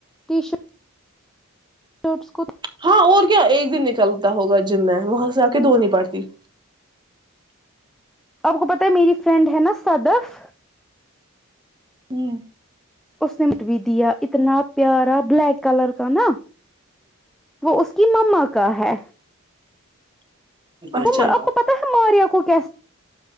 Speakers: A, in the centre; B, on the right.
A: ٹی شرٹ وٹس کو <unintelligible>
B: ہاں اور کیا ایک دن نکلتا ہوگا جم میں وہاں سے آ کے دھونی پڑتی
A: آپ کو پت ہے میری فرینڈ ہے نا صدف
B: ہ
A: اس نے مٹ بھی دیا اتنا پیارا بلیک کلر کا نا وہ اس کی مما کا ہے
B: اچھا
A: ت آپ کو پتا ہے ماریا کو کیسے